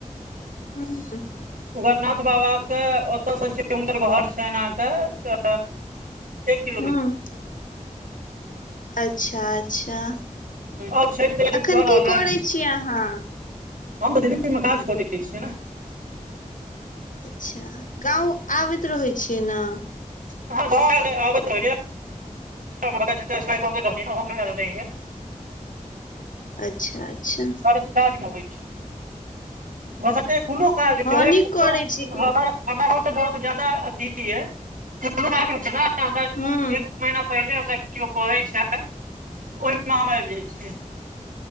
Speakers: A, on the left; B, on the right.
A: हूँ
B: उग्रनाथ बाबा के ओतयसँ छै हुनकर घर छनि अहाँके एक किलोमी-
A: हूँ अच्छा अच्छा
B: आओर छठि तैयारी
A: एखन
B: भऽ रहल
A: की
B: है
A: करै छीयै अहाँ
B: हम त दिल्ली मे काज करै छियै न
A: अच्छा गाँव आबैत रहै छियै न
B: अहाँ गाँव आएल रहाए आबैत रहै या हमर बड़का चचा एक्सपारि कऽ गेल रहथिन ओहो मे आएल रहियै
A: अच्छा अच्छा
B: हर काजमे अबै छी बशर्ते कोनो काज
A: हँ
B: होय
A: नीक करै छी की
B: हमर हमरा गाँव स तऽ बहुत ज्यादा अथि यै <unintelligible> हमरा जे
A: हूँ
B: एक महिना पहिले हमरा कियौ कहै छथि ओहिमे हम आबि जाइ छियै